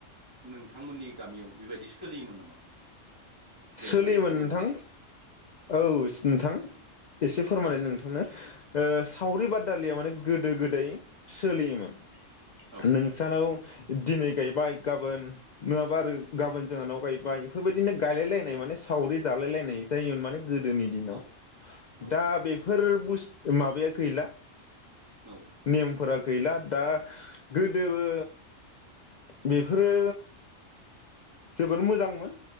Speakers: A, on the right (about 20°); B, on the left (about 60°).
A: नोंथांमोननि गामियाव बेबायदि सोलियोमोन नामा? बेनि
B: सोलियोमोन
A: बागै फोरमायजागोन
B: नोंथां औ नोंथां एसे फोरमायनो
A: औ
B: नोंथांनो। सावरि बादालिया माने गोदो गोदाय सोलियोमोन ।
A: औ
B: नोंसानाव दिनै गायबाय गाबोन नङाबा आरो गाबोन जोंहानाव गायबाय बेफोरबायदिनो गायलाय नाय सावरि जालायलायनाय जायोमोन माने गोदोनि दिनाव
A: औ औ
B: दा बे फोर बुस माबाया गैला ।
A: औ
B: नेमफोरा गैला दा गोदोबो बेफोरो जोबोर मोजांमोन।